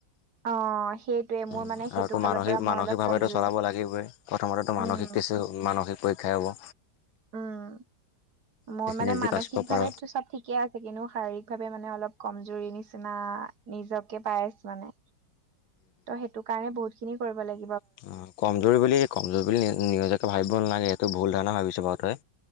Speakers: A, on the right; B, on the left.
A: অ সেইটোৱে মোৰ
B: উম,
A: মানে সেইটো
B: আৰু তো
A: ফালৰ
B: মানসিক
A: পৰা মই
B: মানসিকভাবেটো
A: অলপ কমজুৰি
B: চলাব লাগিবই প্ৰথমেতো মানসিক
A: উম
B: টেষ্ট হব মানসিক পৰীক্ষা হ'ব
A: উম, মোৰ
B: সেইখিনি
A: মানে
B: যদি
A: মানসিকভাবে
B: পাছ কৰিব পাৰ
A: চব ঠিকে আছে কিন্তু শাৰীৰিক ভাৱে মানে অলপ কমজৰি নিচিনা নিজকে পাই আছো মানে। ত' সেইটো কাৰণে বহুত খিনি কৰিব লাগে।
B: অহ, কমজুৰি বুলি কমজুৰি বুলি নিজকে ভাবিব নালাগে। তই ভুল ধাৰণা ভাবিছ বাৰু তই